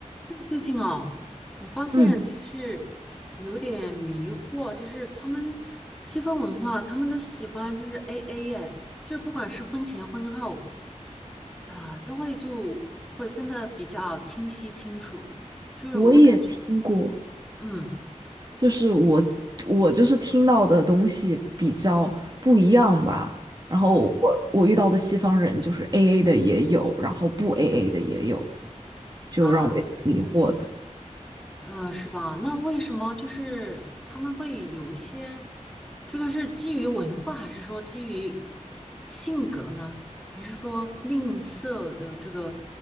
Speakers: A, in the centre; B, on the right (about 35°).
A: 就是最近哦，我发现就是有点迷惑，
B: 嗯，
A: 就是他们西方文化，他们都喜欢就是 AA 哎，就不管是婚前婚后啊、都会就会分得比较清晰清楚。就是我感觉，
B: 我也听过，
A: 嗯
B: 就是我我就是听到的东西比较不一样吧。然后我我遇到的西方人就是
A: 嗯
B: AA 的也有，然后不 AA 的也有，就让我也挺迷惑的。
A: 啊。呃，是吧？那为什么就是他们会有一些，这个是基于文化，还是说基于性格呢？还是说吝啬的这个